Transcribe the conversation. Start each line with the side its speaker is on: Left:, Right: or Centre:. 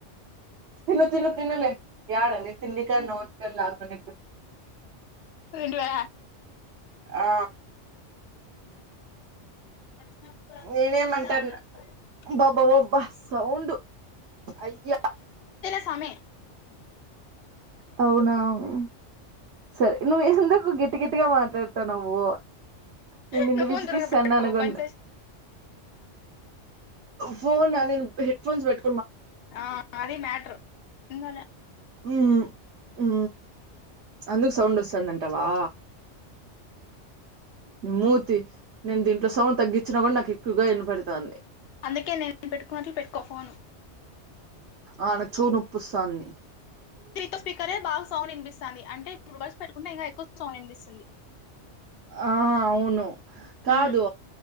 Right: త తిను తిను నే యడ తిండి కి నోట్ కి నే లాగత
Left: ఏంటివే
Right: ఆ
Left: అయ్యో
Right: నేనేమంటాారు బాబ్బా బాబ్బా సౌండ్ అయ్యా
Left: సమె
Right: అవున అవు సరే నువ్ ఎందు నువ్వు గెట్టి గెట్టిగా మాట్లాడతన్నావు నేను నిన్ను
Left: నువ్వు ఫోన్
Right: విసిగిస్తన్నా
Left: దూరంగా పెట్టుకో
Right: అనుకుం
Left: పని చేసి
Right: ఫోనా నేను హెడ్ ఫోన్స్ పెట్
Left: ఆ అది మ్యాటర్ ఇంగాల
Right: ఊహు ఉ అందుకు సౌండ్ వస్తాందను టవా ని మూతి నేను దీంట్లో సౌండ్ తగ్గించ్చిన కూడా నాకు ఎక్కువగా వినపడతాంది
Left: అందుకే నేను పెట్టుకున్నట్లు పెట్టుకో ఫోను
Right: ఆ నాకు చొవ్వు నొప్పి వస్తాంది
Left: దీంట్లో స్పీకరే బాగా సౌండ్ ఇనిపిస్తాంది అంటే ఇప్పుడు బగ్స్ పెట్టుకుంటే ఇంగ ఎక్కువ సౌండ్ ఇనిపిస్తుంది
Right: ఆ అవును కాదు
Left: ఉమ్,